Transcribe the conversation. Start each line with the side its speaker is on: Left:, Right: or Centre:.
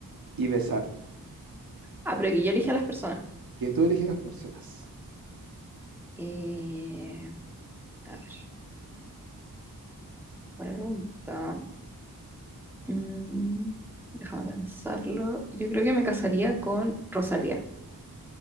Right: y besar.
Centre: Ah, pero que yo elija a las personas.
Right: Que tú eligieras personas.
Centre: Eh, a ver, buena pregunta. Mm, déjame pensarlo. Yo creo que me casaría con Rosalía.